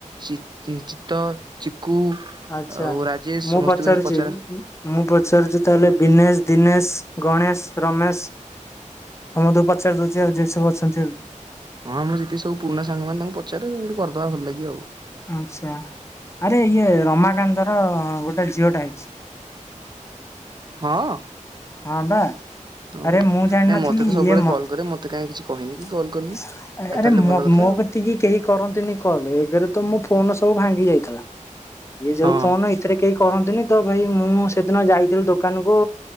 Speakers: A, on the right; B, on the left.
A: ଚିତ୍ ଚିକୁ
B: ଆଚ୍ଛା
A: ଆଉ ରାଜେଶ
B: ମୁଁ
A: ସମସ୍ତଙ୍କୁ
B: ପଚାରୁଛି
A: ଏମିତି ପଚାର
B: ବି ମୁଁ ପଚାରୁଛି ତାହେଲେ ବିନେଶ ଦିନେଶ ଗଣେଶ ରମେଶ ସମସ୍ତଙ୍କୁ ପଚାରିଦଉଛି ଆଉ ଯେ ସବୁ ଅଛନ୍ତି ଆଉ
A: ହଁ ମ ଯେତିିକି ପୁରୁଣା ସାଙ୍ଗମାନେ ତାଙ୍କୁ ପଚାରେ ସବୁ କରିଦବା ଭଲ ଲାଗିବ ଆଉ
B: ଆଚ୍ଛା ଆରେ ଇଏ ରମାକାନ୍ତର ଗୋଟେ ଝିଅଟା ହେଇଛି।
A: ହଁ।
B: ହଁ ବା।
A: ଓହୋ
B: ଆରେ ମୁଁ ଜାଣିନଥିଲି
A: ନାଇଁ ମତେ ତ ସବୁବେଳେ
B: ଇଏ ମତେ
A: କଲ୍ କରେ ମତେ କାହିଁ କିଛି କହିନି କି କଲ୍ କରିନି। ଆଉ ତାହେଲେ
B: ଆରେ ମୋ
A: ଭଲ କଥା ଆଉ
B: କତିକି କେହି କରନ୍ତିନି କଲ ଏକରେ ତ ମୋ ଫୋନ ସବୁ ଭାଙ୍ଗି ଯାଇଥିଲା। ଇଏ ଯୋଉ
A: ହଁ
B: ଫୋନ ଏଥିରେ କେହି କରନ୍ତିନି ତ ଭାଇ ମୁଁ ସେଦିନ ଯାଇଥିଲି ଦୋକାନ କୁ